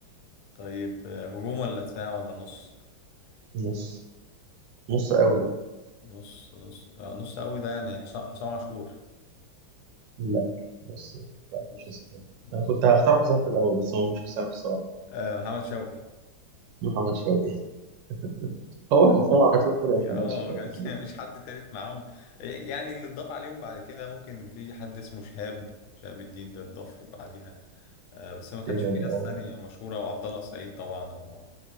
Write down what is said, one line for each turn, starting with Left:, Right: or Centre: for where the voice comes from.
Left: طيب آه هجوم ولا دفاع ولا نص
Right: نص نص
Left: نص
Right: قوي بقى
Left: نص نص آه نص قوي ده يعني حسام حسام عاشور
Right: لا بس لا
Left: نص
Right: مش حسام
Left: نص
Right: انا كنت هختار حسام في الاول بس هو مش حسام الصراحه
Left: آه محمد شوقي
Right: محمد شوقي <laughs> هو حسام عاشور يا محمد
Left: اه
Right: شوقي
Left: كان- <laughs> مش حد تالت معاهم يعني اللي اتضاف عليهم بعد كده ممكن في حد اسمه شهاب شهاب الدين ده اتضاف بعديها آه، بس ما كانش
Right: يعني
Left: في ناس
Right: اه
Left: تانية مشهورة وعبد الله السعيد طبعا و...